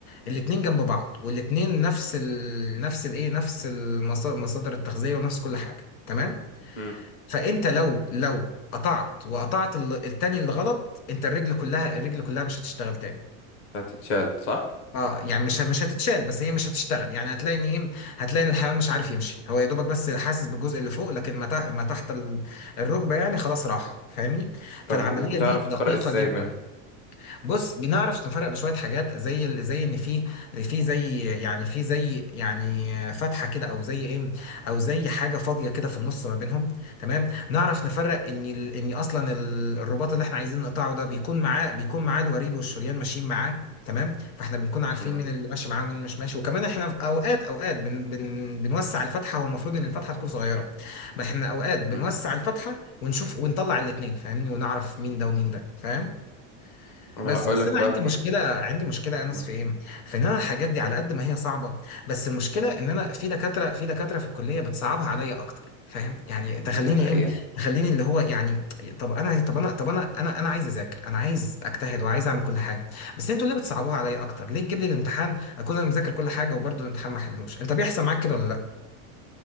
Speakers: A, on the left; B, on the left.
A: الاتنين جنب بعض والاتنين نفس ال... نفس الايه نفس المصادر المصادر التغذيه ونفس كل حاجه تمام
B: م-
A: فانت لو لو قطعت وقطعت ال- التاني اللي غلط انت الرجل كلها الرجل كلها مش هتشتغل تاني
B: هتتشال صح؟
A: اه يعني مش مش هتتشال بس هي مش هتشتغل يعني هتلاقي ان ايه هتلاقي ان الحيوان مش عارف يمشي هو يا دوبك بس حاسس بالجزء اللي فوق لكن ما تح- ما تحت ال- الركبه يعني خلاص راح فاهمني
B: طب
A: فالعمليه
B: وبتعرف
A: دي دقيقه
B: تفرق ازاي
A: جدا
B: بينهم؟
A: بص بنعرف نفرق بشويه حاجات زي ال- زي ان في في زي يعني في زي يعني فتحه كده او زي ايه او زي حاجه فاضيه كده في النص ما بينهم تمام نعرف نفرق ان ال- ان اصلا ال- الرباط اللي احنا عايزين نقطعه ده بيكون معاه بيكون معاه الوريد والشريان ماشيين معاه تمام فاحنا بنكون عارفين
B: م-
A: مين اللي ماشي معاه ومين اللي مش ماشي وكمان احنا في اوقات اوقات بن بن بنوسع الفتحه والمفروض ان الفتحه تكون صغيره ما احنا اوقات بنوسع
B: م.
A: الفتحه ونشوف ونطلع الاثنين فاهمني ونعرف مين ده ومين ده فاهم
B: انا
A: بس
B: هقولك
A: بس انا عندي
B: بقى
A: مشكله
B: في
A: عندي مشكله يا انس
B: م-
A: في ايه في ان انا الحاجات دي على قد ما هي صعبه بس المشكله ان انا في دكاتره في دكاتره في الكليه بتصعبها عليا اكتر فاهم يعني تخليني
B: دي حقيقة
A: ايه تخليني اللي هو يعني طب انا طب انا طب انا انا انا عايز اذاكر انا عايز اجتهد وعايز اعمل كل حاجه بس انتوا ليه بتصعبوها عليا اكتر ليه تجيب لي الامتحان اكون انا مذاكر كل حاجه وبرضه الامتحان ما حلوش انت بيحصل معاك كده ولا لا